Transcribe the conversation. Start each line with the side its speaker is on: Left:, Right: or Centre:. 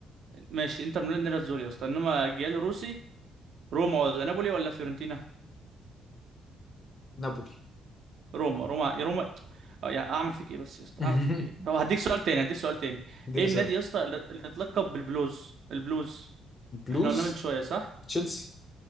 Right: ماشي انتر ميلان نيرة تزوري يا اسطى انما الجيل الروسي روما ولا نابولي ولا فيورنتينا
Left: نابولي
Right: روما روما روما اه يا اعمل فيك ايه بس يا اسطى
Left: <laughs>
Right: اعمل فيك ايه طب هديك سؤال تاني هديك سؤال تاني
Left: اديني
Right: ايه النادي
Left: سؤال
Right: يا اسطى اللي اللي اتلقب بالبلوز البلوز
Left: بلوز
Right: احنا قلنا من شويه صح
Left: تشيلسي